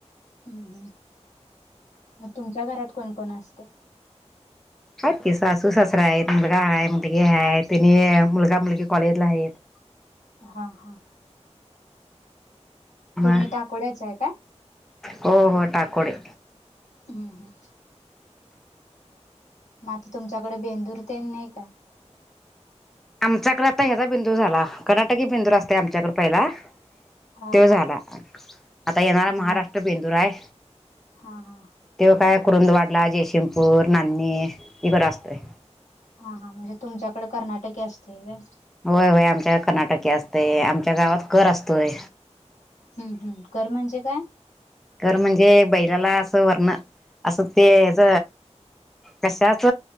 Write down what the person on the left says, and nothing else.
हम्म हम् मग तुमच्या घरात कोण कोण असते
हां हां
तुम्ही टाकोड्याच आहे का
हम्म हम मात तुमच्याकडे बेंदूर ते नाही काय
हा
हा
झा
हा हा
हा हा म्हणजे तुमच्याकडे कर्नाटके असतील र
हम्म हम् कर म्हणजे काय